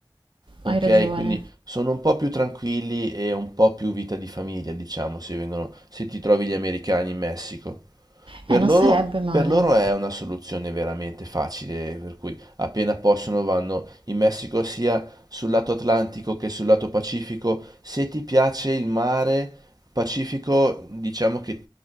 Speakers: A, on the right; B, on the right.
A: ok?
B: hai ragione.
A: Quindi sono un po' più tranquilli e un po' più vita di famiglia, diciamo, se vengono, se ti trovi gli americani in Messico. Per
B: Eh, non
A: loro,
B: sarebbe male.
A: per loro è una soluzione veramente facile, per cui appena possono vanno in Messico sia sul lato Atlantico che sul lato Pacifico. Se ti piace il mare Pacifico, diciamo che